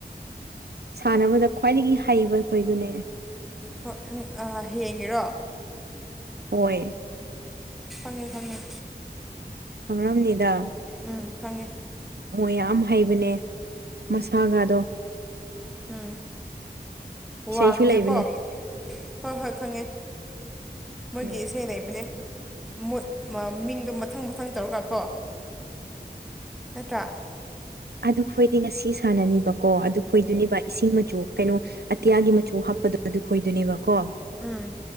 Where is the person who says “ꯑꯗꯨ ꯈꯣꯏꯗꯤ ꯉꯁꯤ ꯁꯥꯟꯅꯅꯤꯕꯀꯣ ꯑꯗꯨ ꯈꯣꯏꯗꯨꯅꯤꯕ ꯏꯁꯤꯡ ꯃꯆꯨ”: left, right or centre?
Right